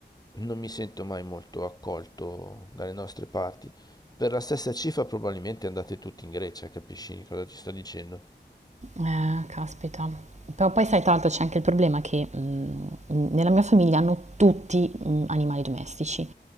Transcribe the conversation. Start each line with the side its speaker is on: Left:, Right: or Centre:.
Left: non mi sento mai molto accolto dalle nostre parti. Per la stessa cifra probabilmente andate tutti in Grecia, capisci cosa ti sto dicendo?
Right: Eh, caspita. Però poi sai, tra l'altro c'è anche il problema che mh, nella mia famiglia hanno tutti mh, animali domestici,